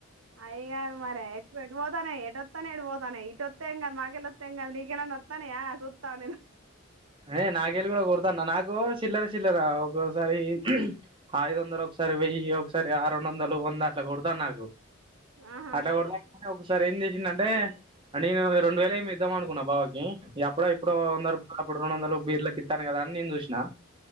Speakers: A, on the right (about 80°); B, on the right (about 25°).
A: అయ్ గాదు మరి అయ్ ఎప్పుడు ఎటు పోతనై ఎటు వత్తనై ఎటు ఓతన్నయ్ తెంగాద్ మాకెలొ తెంగాద్ నీకేనా నొత్తన్నయా సుత్త ఆగు నేను
B: అయిన నాగేలు గూడ కొడతన్న నాకు చిల్లర చిల్లర ఒకోసారి ఐదొందలు ఒకసారి వెయ్యి ఒకసారి ఆ రెండొందలు వంద అట్లా గొడతారు నాకు
A: ఆహా
B: అట్ల గొడితే ఒకసారి ఏం జెస్ ఇన్ని నంటే నేను రెండు వేలు ఏమో ఇద్దాం అనుకున్నా బావకి ఇగ అప్పుడో ఇప్పుడో వంద రూపాల్ అప్ రెండు వందలు బీర్లకి ఇత్తాను కదా అని నేను జూసినా